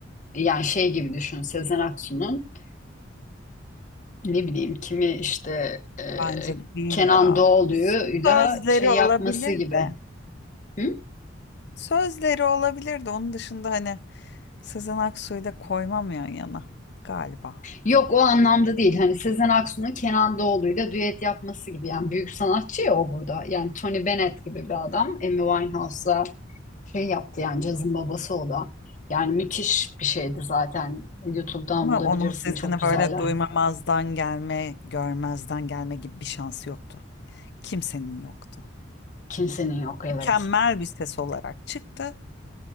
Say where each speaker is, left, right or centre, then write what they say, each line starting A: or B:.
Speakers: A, on the left; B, on the left.
A: Yani şey gibi düşün Sezen Aksu'nun ne bileyim kimi işte e,
B: Bence de değil
A: Kenan
B: ya.
A: Doğulu'yla
B: Sözleri
A: şey
B: olabilir
A: yapması gibi.
B: de.
A: Hı?
B: Sözleri olabilir de Onun dışında hani Sezen Aksu'yu da koymam yan yana galiba.
A: Yok o anlamda değil. Hani Sezen Aksu'nun Kenan Doğulu'yla düet yapması gibi. Yani büyük sanatçı ya o burada. Yani Tony Bennett gibi bir adam. Amy Winehouse'la şey yaptı yani cazın babası o da. Yani müthiş bir şeydi zaten. YouTube'dan
B: Ama
A: bulabilirsin
B: onun sesini
A: çok güzeller.
B: böyle duymamazdan gelme, görmezden gelme gibi bir şansı yoktu. Kimsenin yoktu.
A: Kimsenin yok evet.
B: Mükemmel bir ses olarak çıktı.